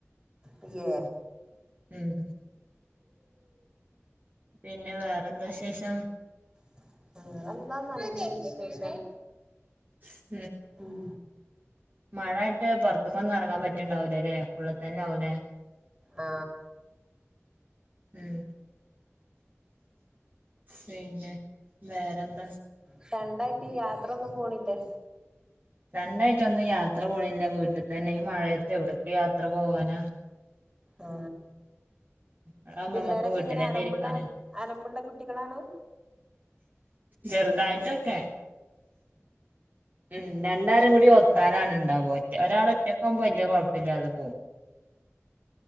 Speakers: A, on the right; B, on the right.
A: അയ്യേ
B: ഉം പിന്നെ വേറെന്താ വിശേഷം
A: <unintelligible> വിശേഷം
B: <inaudible>
A: ഉം
B: മഴയിയിട്ട് പുറത്തക്കൊന്നും ഇറങ്ങാൻ പറ്റണ്ടാവലേ അല്ലെ ഉള്ളിൽ തന്നെ ആവൂലെ
A: ആ
B: ഉം പിന്നെ വേറെന്താ
A: ഫ്രണ്ടായിട്ട് യാത്രൊന്നും പോണില്ലേ
B: ഫ്രണ്ടായിട്ടൊന്നും യാത്ര പോണില്ല വീട്ടിൽ തന്നെ ഈ മഴയത്ത് എവിടക്ക് യാത്ര പോവാനാ
A: ആ
B: മഴയാവുമ്പോ
A: പിള്ളേരൊക്കെ
B: നമ്മക്ക് വീട്ടിലന്നെ
A: ഇങ്ങനെ അലമ്പുള്ള
B: ഇരിക്കാന്
A: അലമ്പുള്ള കുട്ടി കുട്ടികളാണ്
B: ചെറുതായിട്ടൊക്കെ ഉം രണ്ടാരും കൂടി ഒ- അതാണ് ഉണ്ടാവ ഒറ ഒരാൾ ഒറ്റക്ക ആവുമ്പോ വല്യയ കുഴപ്പില്ലാതെ പോവും